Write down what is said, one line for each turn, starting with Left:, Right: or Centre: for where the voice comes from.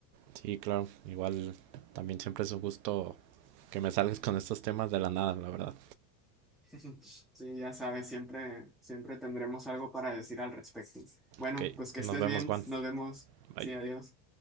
Right: sí, claro. Igual también siempre es un gusto que me salgas con estos temas de la nada, la verdad.
Centre: <laughs> Sí, ya sabes, siempre, siempre tendremos algo para decir al respecto. Bueno,
Right: Ok,
Centre: pues que
Right: nos
Centre: estés
Right: vemos,
Centre: bien,
Right: Juan.
Centre: nos vemos.
Right: Bye.
Centre: Sí, adiós.